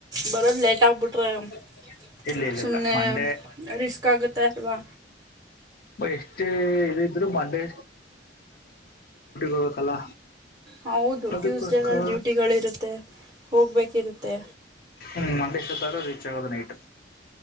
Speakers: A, on the right; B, on the left.
A: ಬರೋದ್ ಲೇಟ್ ಆಗ್ಬಿಟ್ಟ <unintelligible>
B: <unintelligible>
A: ಸುಮ್ಮನೆ
B: ಇಲ್ಲ ಮಂಡೇ
A: ರಿಸ್ಕ್ ಆಗುತ್ತೆ ಅಲ್ವಾ
B: ಎಷ್ಟೇ ಇದ ಇದ್ರು ಮಂಡೆ ಹೋಗ್ಬೇಕಲ್ಲ
A: ಹೌದು
B: ಅದಕ್ಕೋಸ್ಕರ
A: ಟ್ಯೂಸ್ಡೇ ಡ್ಯೂಟಿಗಳ ಇರುತ್ತೆ. ಹೋಗ್ಬೇಕಿರುತ್ತೆ
B: ಹ್ಮ ಮಂದೇಶತ್ತಾರ ರೀಚ್ ಆಗೋದ ನೈಟ್